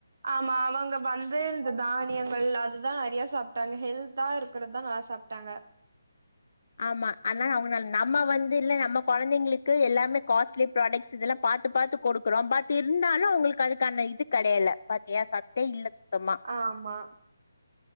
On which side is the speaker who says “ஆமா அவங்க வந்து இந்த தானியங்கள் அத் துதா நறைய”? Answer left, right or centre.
Right